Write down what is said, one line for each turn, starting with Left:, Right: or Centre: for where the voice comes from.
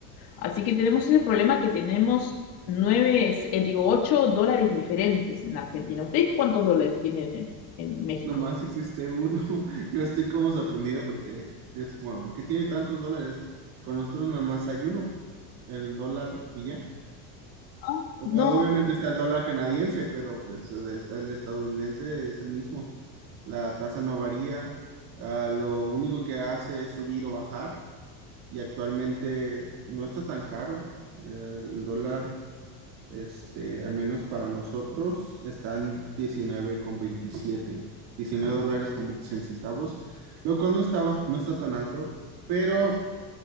Left: Así que tenemos ese problema que tenemos nueve, eh, digo, ocho dólares diferentes en Argentina. ¿Ustedes cuántos dólares tienen en, en México?
Right: Nomás existe uno. <laughs> Yo estoy como sorprendido porque es como, ¿por qué tiene tantos dólares? Con nosotros nada más hay uno, el dólar y ya.
Left: Ah,
Right: Ob-
Left: No.
Right: Obviamente está el dólar canadiense, pero pues es- el estadounidense es el mismo. La tasa no varía, ah, lo único que hace es subir o bajar y actualmente no está tan caro. El dólar, este, al menos para nosotros, está en diecinueve con veintisiete diecinueve dólares con 27 centavos, lo cual no está, bas- no está tan alto, pero